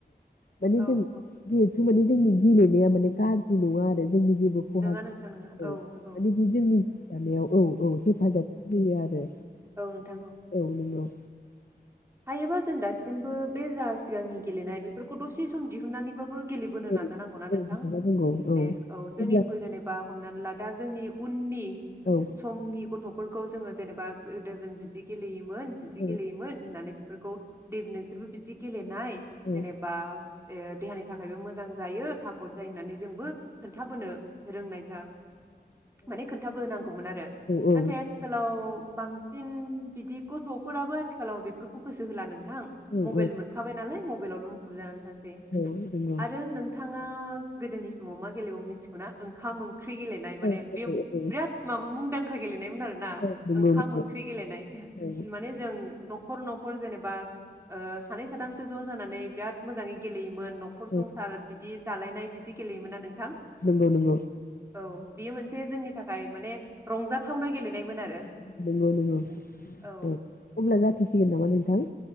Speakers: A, on the left; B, on the right.
A: <unintelligible> मानि
B: औ
A: जों
B: औ
A: जिहेथु माने जोंनि गेलेनाया माने गाज्रि नङा आरो जोंनि गे खहा
B: नङा
A: माने
B: नोंथां नङा औ औ
A: बे जोंनि जानायाव औ औ हेफाजाब होयो आरो
B: औ नोंथां
A: औ नोंगौ
B: हायोबा जों दासिमबो बे जा सिगांनि गेलेनाय बेफोरखौ दसे सम दिहुननानैबाबो गेलेबोनो
A: औ
B: नाजानांगौना
A: औ
B: नोंथां
A: नाजानांगौ
B: माने औ जोंनि
A: अब्ला
B: जेनेबा हमनानै ला दा जोंनि उननि
A: औ
B: समनि गथ' फोरखौ जोङो जेनेबा गोदो जों बिदि गेलेयोमोन बिदि
A: औ
B: गेलेयोमोन होननानै बेफोरखौे दे नोंसोरबो बिदि गेले नाय
A: औ
B: जेनेबा देहानि थाखायबो मोजां जायो थागद जायो होननानै जोंबो खोन्थाबोनो रोंनाय <inaudible> माने खोन्थाबोनांगौमोन आरो
A: औ
B: नाथाय आथिखालाव बांसिन बिदि गथ'फोराबो आथिखालाव बेफोरबायदि फोरखौ गोसोहोला नोंथां
A: औ
B: मबाइल
A: औ
B: मोनखाबाय नालाय मबाइलावल' मुखुब जानानै थासै
A: औ नंगौ
B: आरो नोंथाङा गोदोनि समाव मा गेलेबावो मिथिगौना ओंखाम ओंख्रि ओंख्रि गेलेनाय
A: औ
B: माने
A: औ
B: बे
A: औ
B: बिराद माबा मुंदांखा गेलेनायमोन आरोना
A: औ नंगौ
B: ओंखाम
A: नंगौ
B: ओंख्रि गेलेनाय
A: औ
B: माने जों न'खर न'खर जेनेबा सानै साथामसो ज' जानानै बिराद मोजाङै गेलेयोमोन मोन न'खर
A: औ
B: संसार बिदि जालायनाय बिदि गेलेयोमोन नोंथां
A: नंगौ नंगौ
B: औ बियो मोनसे जे जोंनि थाखाय माने रंजाथावना गेलेनायमोन आरो
A: नंगौ नंगौ
B: औ
A: अब्ला जाथ'सिगोन नामा नोंथां